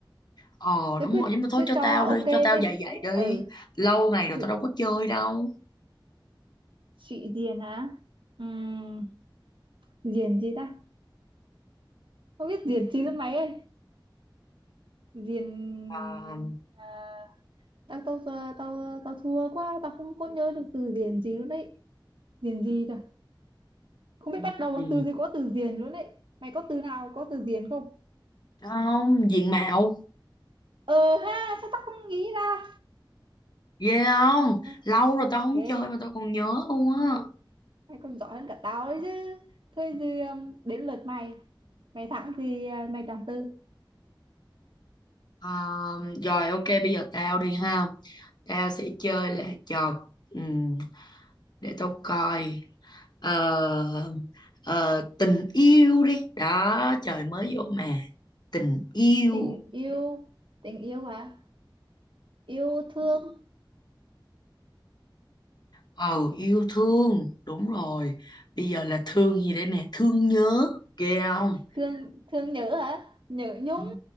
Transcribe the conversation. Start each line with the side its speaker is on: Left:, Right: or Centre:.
Left: Ờ
Right: tao
Left: đúng
Right: cứ
Left: rồi nhưng mà thôi
Right: cứ
Left: cho
Right: cho
Left: tao
Right: là ok
Left: đi
Right: đi
Left: Cho tao dạy dạy đi
Right: ừ
Left: Lâu ngày rồi
Right: sự
Left: tao đâu có chơi đâu
Right: sĩ diện á Ừm, diện gì ta không biết diện gì lắm mấy ơi diện
Left: à,
Right: à, tao tao giờ tao tao thua quá tao không có nhớ được từ điển gì luôn đấy điển gì cả không biết
Left: ừ,
Right: bắt đầu bằng
Left: ừ.
Right: từ gì có từ điển luôn đấy mày có từ nào có từ điển không
Left: Không diện mạo
Right: ờ ha sao tao không nghĩ ra
Left: Ghê không
Right: à,
Left: Lâu rồi tao không
Right: ghê
Left: chơi mà tao còn nhớ luôn á
Right: mày còn giỏi hơn cả tao đấy chứ thôi thì um, đến lượt mày mày thắng thì uh, mày chọn từ
Left: à, Rồi ok bây giờ tao đi ha Tao sẽ chơi là trò ừm, Để tao coi Ờ, ờ, Tình yêu đi Đó trời mới vô mà Tình yêu
Right: tình yêu tình yêu hả yêu thương
Left: ừ yêu thương đúng rồi bây giờ là thương gì đây nè thương nhớ ghê không
Right: thương thương nhớ hả nhớ nhung
Left: ừ.